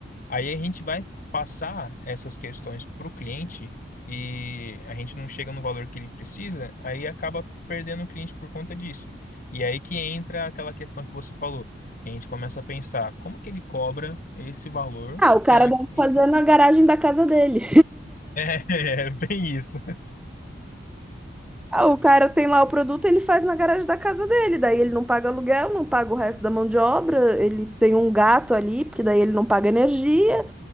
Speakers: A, on the left (about 50°); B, in the centre.
A: Aí a gente vai passar essas questões para o cliente e a gente não chega no valor que ele precisa, aí acaba perdendo o cliente por conta disso. E aí que entra aquela questão que você falou, que a gente começa a pensar, como que ele cobra esse valor,
B: ah, o
A: sendo
B: cara deve
A: que
B: fazer na garagem da casa dele.
A: <laughs> é, é bem isso.
B: Ah, O cara tem lá o produto, ele faz na garagem da casa dele, daí ele não paga aluguel, não paga o resto da mão de obra, ele tem um gato ali, porque daí ele não paga energia,